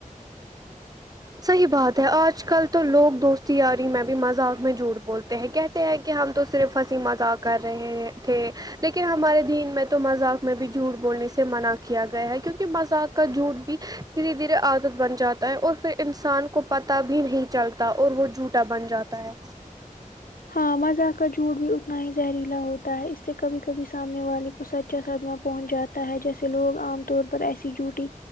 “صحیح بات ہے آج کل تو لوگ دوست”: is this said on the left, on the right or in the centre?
Right